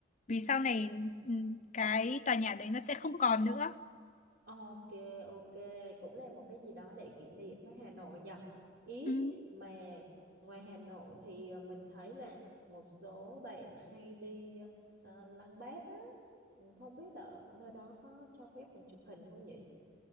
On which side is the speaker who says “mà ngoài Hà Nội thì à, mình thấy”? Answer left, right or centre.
Right